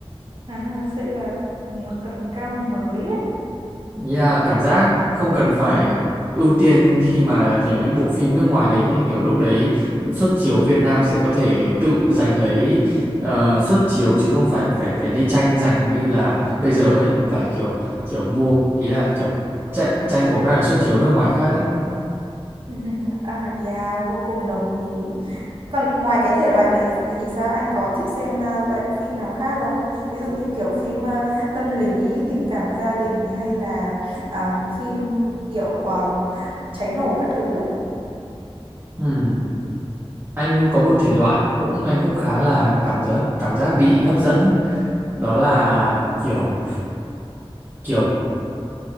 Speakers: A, on the right (about 60°); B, on the right (about 20°).
A: À, ha, sẽ là một tầm cao mới ấy.
B: Yeah, cảm giác không cần phải ưu tiên khi mà kiểu những bộ phim nước ngoài đến ấy, kiểu lúc đấy xuất chiếu Việt Nam sẽ có thể kiểu tự giành lấy ờ, suất chiếu chứ không phải phải phải đi tranh giành như là bây giờ ấy, phải kiểu kiểu mua ý là kiểu tranh tranh của các cái xuất chiếu nước ngoài khác ấy.
A: <laughs> À, yeah, vô cùng đồng ý. Còn ngoài cái thể loại này thì sao anh có thích xem à, loại phim nào khác không? Ví dụ như kiểu phim à, tâm lý, tình cảm gia đình hay là àm, phim kiểu àm, cháy nổ các thứ ấy.
B: Ừm, Anh có một thể loại cũng anh cũng khá là cảm giác cảm giác bị hấp dẫn đó là kiểu kiểu